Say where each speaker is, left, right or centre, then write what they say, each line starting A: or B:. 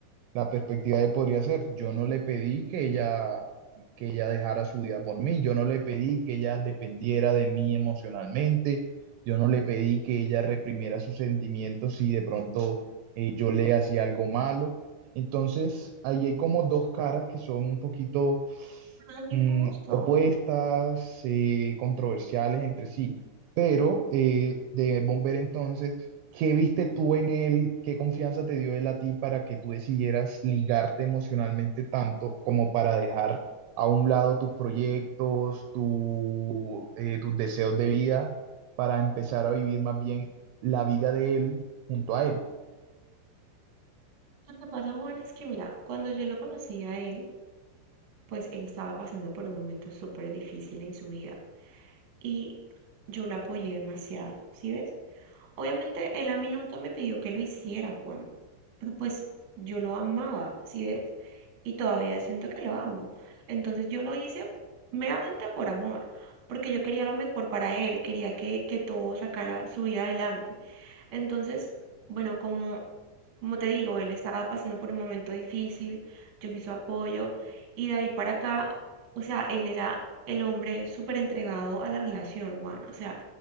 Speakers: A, on the right; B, on the right.
A: la perspectiva de podría ser. Yo no le pedí que ella, que ella dejara su vida por mí, yo no le pedí que ella dependiera de mí emocionalmente, yo no le pedí que ella reprimiera sus sentimientos si de pronto eh, yo le hacía algo malo. Entonces, ahí hay como dos caras que son un poquito
B: No es
A: mm,
B: injusto.
A: opuestas, eh, controversiales entre sí. Pero eh, de Bomber entonces, ¿qué viste tú en él? ¿Qué confianza te dio él a ti para que tú decidieras ligarte emocionalmente tanto como para dejar a un lado tus proyectos, tu, eh, tus deseos de vida, para empezar a vivir más bien la vida de él junto a él?
B: Lo que pasa, Juan, es que mira, cuando yo lo conocí a él, pues él estaba pasando por un momento súper difícil en su vida y yo lo apoyé demasiado, ¿sí ves? Obviamente él a mí nunca me pidió que lo hiciera, Juan, pero pues yo lo amaba, ¿sí ves? Y todavía siento que lo amo. Entonces yo lo hice meramente por amor, porque yo quería lo mejor para él, quería que, que todo sacara su vida adelante. Entonces, bueno, como como te digo, él estaba pasando por un momento difícil, yo fui su apoyo y de ahí para acá, o sea, él era el hombre súper entregado a la relación, Juan. O sea,